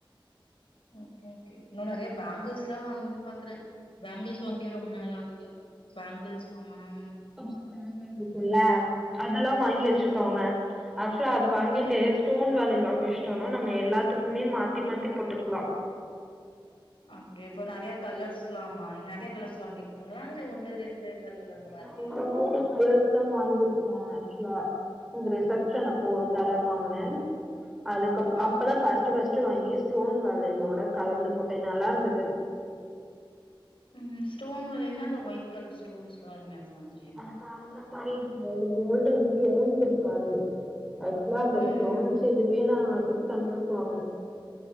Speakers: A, on the left; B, in the centre.
A: ஓகே ஓகே இன்னு நெறைய பாங்கிள்ஸ் எல்லா வாங்கணு பாக்குறே பாங்கிள்ஸ் வாங்கியே ரொம்ப நாள் ஆகுது பாங்கிள்ஸ் வாங்கணு
B: <unintelligible> கும்ல அதெல்லா வாங்கி
A: ம்
B: வச்சுக்கோங்க <unintelligible> அத வாங்கிட்டு
A: ம்
B: ஸ்டோன் வளையல் வாங்கி வச் ட்டோம்னா நம்ம எல்லாத்துக்குமே மாத்தி மாத்தி போட்டுக்கலா
A: அப்பிடியா இப்போ நெறைய கலர்ஸ்லாமா நீங்க நெறைய கலர்ஸ் வாங்கிருக்கீங்களா இல்ல ஒண்ணு ரெண்டு கலர் அந்த மாதிரியா
B: நா ஒரு மூணு கலர்ஸ் தா வாங்கிருக்கேன் ஆக்சுவலா உங்க ரிசப்ஷன் அப்போ ஒரு கலெர் வாங்குனேன் அதுக்கு அப்ப
A: ஆ
B: அப்பதா ஃபஸ்ட்டு ஃபஸ்ட் ட்டுவாங்கி ஸ்டோன் வளையலோட கலந்து போட்டே நல்லா இருந்தது
A: ம் ஸ்டோன் வளையன்னா அந்த ஒயிட் கலர் ஸ்டோன்ஸ்ல்லா வருமே அது மாரி
B: அ அந்த மாரி இல்ல அது கோல்டன் ஸ்டோன்ஸ் இருக்காது ஆக்சுவலா அந்த
A: ம்
B: ஸ்டோன்ஸ் இதுவே நான் சிக்ஸ் ஹண்ட்ரடுக்கு வாங்குனே